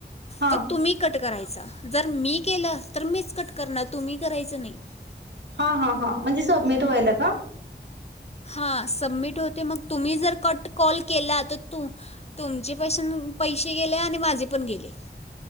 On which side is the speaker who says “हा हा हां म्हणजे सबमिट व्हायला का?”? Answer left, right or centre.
Right